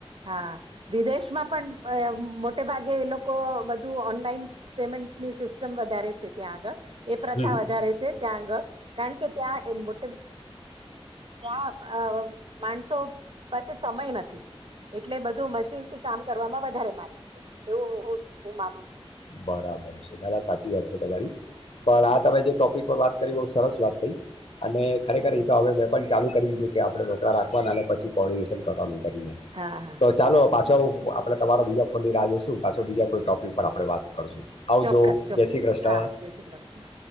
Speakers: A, on the right; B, on the left.
A: હા વિદેશમાં પણ મોટે ભાગે એ લોકો બધું ઓનલાઈન પેમેન્ટની સિસ્ટમ વધારે છે, ત્યાં આગળ એ પ્રથા
B: હમ
A: વધારે છે, ત્યાં આગળ કારણ કે ત્યાં એ મોટ ત્યાં અ માણસો પાસે સમય નથી, એટલે બધું મશીન થી કામ કરવામાં વધારે માને છે, એવું હું હું માનું છું
B: બરાબર છે ના ના સાચી વાત છે, તમારી પણ આ તમે જે ટોપિક પર વાત કરી બઉ સરસ વાત થઈ. અને ખરેખર એતો હવે મેં પણ ચાલુ કરી દીધું કે આપડે રોકડા રાખવાના અને પછી કોર્ડિનેશન કરવાનું છે, કરી
A: હા હા
B: તો ચાલો પાછો આપડે તમારો બીજા ફોનની રાહ જોશું પાછો બીજા કોઈ ટોપિક પર આપડે વાત કરશું આવજો,
A: ચોક્કસ ચોક્કસ
B: જય શ્રી ક્રષ્ન
A: હા જય શ્રી કૃષ્ણ